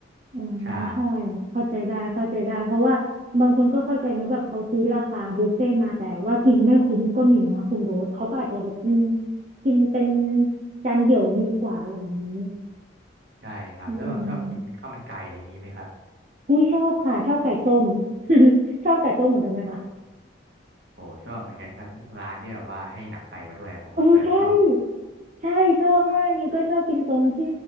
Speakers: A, on the right (about 40°); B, on the right (about 60°).
A: อ่า
B: ใช่
A: ใช่เข้าใจได้เข้าใจได้เพราะว่าบางคนก็เข้าใจเนอะแบบเขาซื้อราคาบุฟเฟ่ต์มาแต่ว่ากินไม่คุ้มก็มีนะคุณโบ๊ทเขาก็อาจจะแบบอืมกินเป็นจานเดี่ยวดีกว่าอะไรอย่างนี้
B: ใช่ครับแล้วแบบชอบกินข้าวมันไก่อะไรอย่างนี้ไหมครับ
A: อืมอุ้ยชอบค่ะชอบไก่ต้ม <laughs> ชอบไก่ต้มเหมือนกันไหมคะ
B: โอ้ชอบเหมือนกันครับยิ่งร้านที่แบบว่าให้หนังไก่มาด้วยผมจะชอบ
A: โอ้ใช่ใช่ชอบมากนิวก็ชอบกินตรงที่
B: ครับ